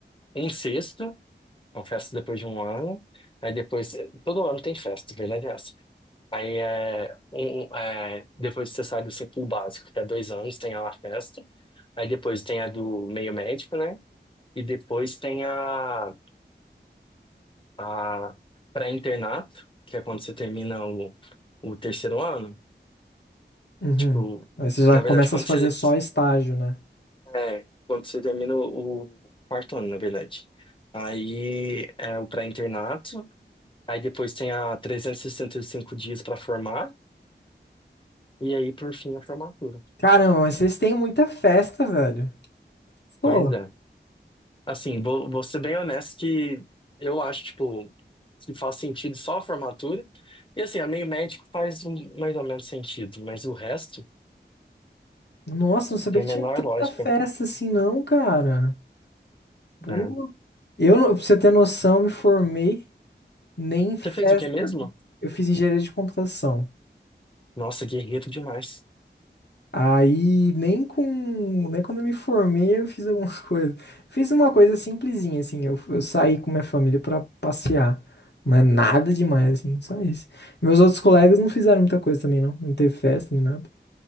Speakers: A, on the left; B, on the left.
A: um sexto, uma festa depois de um ano. Aí depois, todo ano tem festa, verdade? Aí é, um, um, é, depois você sai do ciclo básico, que é dois anos, tem a La Festa. Aí depois tem a do meio médico, né? E depois tem a, a pré-internato, que é quando você termina o, o terceiro ano.
B: Uhum.
A: Tipo,
B: Aí você já
A: na
B: começa
A: verdade, quando
B: a fazer
A: você,
B: só estágio, né?
A: é, quando você termina o quarto ano, na verdade. Aí é o pré-internato. Aí depois tem a 365 dias para formar. E aí, por fim, a formatura.
B: Caramba, mas vocês têm muita festa, velho. Pô,
A: Pois é. Assim, vou, vou ser bem honesto que eu acho, tipo, que faz sentido só a formatura. E assim, a meio médico faz um- mais ou menos sentido, mas o resto
B: nossa, não sabia
A: tem
B: que
A: a
B: tinha
A: menor
B: tanta
A: lógica,
B: festa assim, não, cara. Pô,
A: né?
B: eu, não- pra você ter noção, eu me formei nem em festa
A: Você fez o quê mesmo?
B: de... Eu fiz engenharia de computação.
A: Nossa, guerreiro demais.
B: Aí, nem com... Nem quando eu me formei, eu fiz algumas <laughs> coisas. Fiz uma coisa simplesinha, assim. Eu, eu saí com minha família pra passear. Mas nada demais, assim. Só isso. Meus outros colegas não fizeram muita coisa também, não. Não teve festa, nem nada.